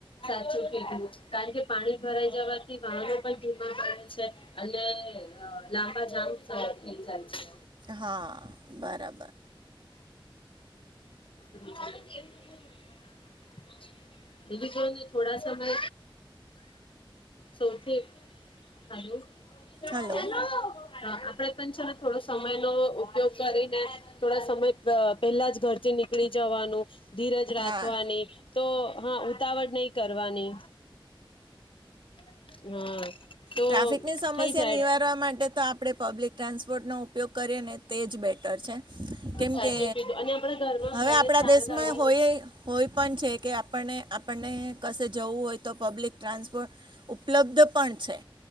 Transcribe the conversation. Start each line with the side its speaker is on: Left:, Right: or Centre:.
Left: સાચું કીધું કારણ કે પાણી ભરાઈ જવાથી વાહનો પણ ધીમા પડે છે અને લાંબા જામ થઈ જાય છે
Right: હા બરાબર
Left: <inaudible> બીજું જોને થોડા સમય સૌથી હાલો
Right: હલો
Left: ચલો આપડે પણ છે ને થોડો સમય નો ઉપયોગ કરીને થોડા સમય પેલા જ ઘરથી નીકળી જવાનું ધીરજ રાખવાની
Right: હા
Left: તો હા ઉતાવળ નઇ કરવાની હા. તો
Right: ટ્રાફિક ની સમસ્યા
Left: થઈ જાય
Right: નિવારવા માટે તો આપ ડે પબ્લિક ટ્રાન્સપોર્ટનો ઉપયોગ કરીએ ને તે જ બે ટર છે કેમકે
Left: સાચું કીધું અને આપણા ઘરમાં
Right: હવે
Left: ભલે
Right: આપણા
Left: ચાર
Right: દેશમાં
Left: ગાડી
Right: હોય હોય પણ છે. કે આપણને આપણને કશે જવું હોય તો પબ્લિક ટ્રાન્સપોર્ટ ઉપલબ્ધ પણ છે.